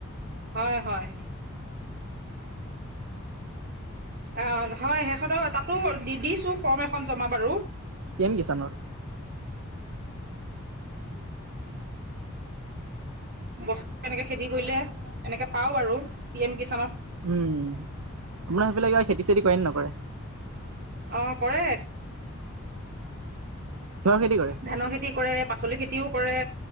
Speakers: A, on the right; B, on the right.
A: হয়-হয়। অ' হয় সেইখনো তাতো দিছো ফৰ্ম এখন জমা বাৰু
B: পি এম কিষাণৰ
A: বস্তু এনেকে খেতি কৰিলে, এনেকে পাও বাৰু পি এম কিষাণ
B: উম' আপোনাৰ সেইবিলাই কিবা আৰু খেতি-চেতি কৰে নে নকৰে।
A: অ' কৰে।
B: কিহৰ খেতি কৰে
A: ধানৰ খেতি কৰে, পাচলি খেতিও কৰে